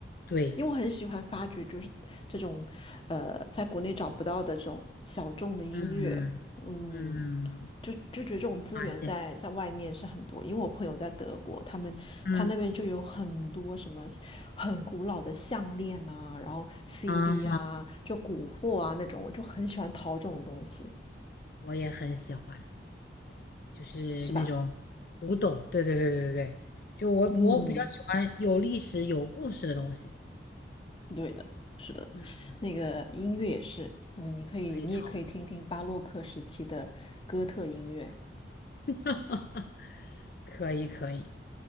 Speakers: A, on the left; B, on the left.
A: 对，
B: 因为我很喜欢发掘，就是这种，呃，在国内找不到的这种小众的音乐，
A: 嗯嗯，
B: 嗯，就就觉得这种资源在在外面是很多，
A: 发现，
B: 因为我朋友在德国，他们他那边就有很多什么很古老的项链啊，
A: 嗯
B: 然后 CD
A: 啊，
B: 啊，就古货啊那种，我就很喜欢淘这种东西，
A: 我也很喜欢。就是那种古董。
B: 是吧？
A: 对对对对对对，就我我比较喜欢有历史有故事的东西。
B: 嗯，对的，是的，
A: 嗯，
B: 那个音乐也是，嗯，你可以，
A: 可以淘，
B: 你也可以听听巴洛克时期的哥特音乐，
A: <laughs> 可以可以。